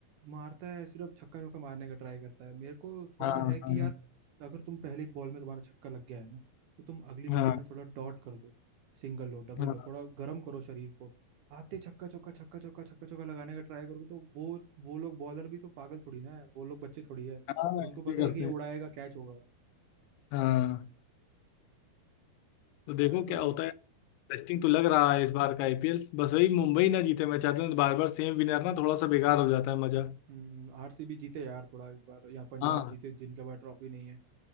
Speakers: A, on the right; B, on the left.
A: मारता है सिर्फ छक्का चौका मारने का ट्राई करता है मेरे को थोड़ा
B: हाँ
A: है कि
B: हाँ
A: यार अगर तुम पहली बॉल में तुम्हारा छक्का लग गया है ना तो तुम अगली बॉल
B: हाँ
A: में थोड़ा डॉट कर दो सिंगल लो डबल
B: हाँ हाँ
A: लो थोड़ा गर्म करो शरीर को आते छक्का चौका छक्का चौका छक्का चौका लगाने का ट्राई करोगे तो वो वो लोग बॉलर भी तो पागल थोड़ी ना है वो लोग बच्चे थोड़ी है
B: हाँ,
A: उनको
B: ऐसे
A: पता
B: ही करते
A: है कि ये उड़ाएगा
B: हैं
A: कैच होगा
B: हाँ तो देखो
A: मैं
B: क्या
A: तो
B: होता है इंटरेस्टिंग तो लग रहा है इस बार का आईपीएल बस वही मुंबई ना जीते मैं चाहता हूँ बार बार सेम विनर ना थोड़ा सा बेकार हो जाता है मजा
A: हम्म आरसीबी जीते यार थोड़ा इस बार यहाँ पंजाब
B: हाँ
A: जीते जिनके पास ट्रॉफी नहीं है